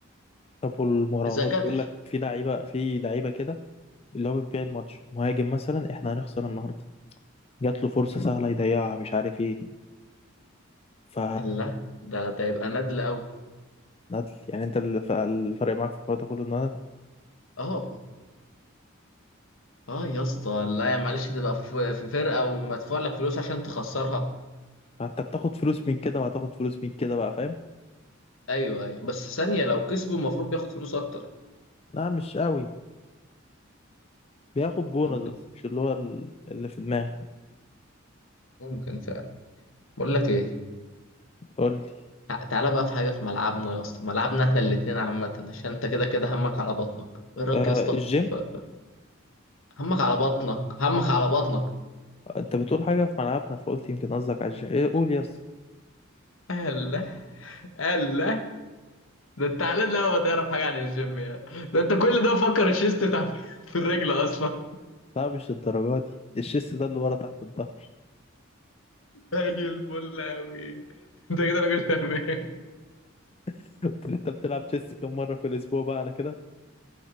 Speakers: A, on the left; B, on the left.
A: طب والمراهنات
B: اذا كان
A: بيقول لك في لعيبة في لعيبة كده اللي هو بتبيع الماتش مهاجم مثلا احنا هنخسر النهاردة جات له فرصة سهلة يضيعها مش عارف ايه ف
B: لا ده ده يبقى نادل قوي
A: ندل يعني انت الف- الفرق معاك في الحوار ده كله ان انا
B: اه اه يا اسطى لا يا معلش تبقى في في فرقه ومدفوع لك فلوس عشان تخسرها
A: انت بتاخد فلوس من كده وهتاخد فلوس من كده بقى فاهم
B: ايوه ايوه بس ثانيه لو كسبوا المفروض بياخد فلوس اكتر
A: لا مش قوي بياخد بونص
B: ممكن
A: بس مش اللي هو ال- اللي في دماغك
B: ممكن فعلا بقول لك ايه
A: قول لي
B: تع- تعالى بقى في حاجه في ملعبنا يا اسطى ملعبنا احنا الاتنين عامه عشان انت كده كده همك على بطنك ايه رايك
A: آه
B: يا اسطى
A: الجيم
B: في همك على بطنك همك على بطنك
A: انت بتقول حاجة في ملعبنا فقلت يمكن قصدك على الج- ايه قول يس
B: الله الله ده انت على لا ما تعرف حاجه عن الجيم يعني ده انت كل ده مفكر الشيست بتاع <laughs> في الرجل اصلا
A: لا مش الدرجة دي الشيس ده اللي ورا تحت الظهر
B: زي الفل اوي انت كده راجل تمام
A: <laughs> قلت له انت بتلعب تشيس كم مرة في الأسبوع بقى على كده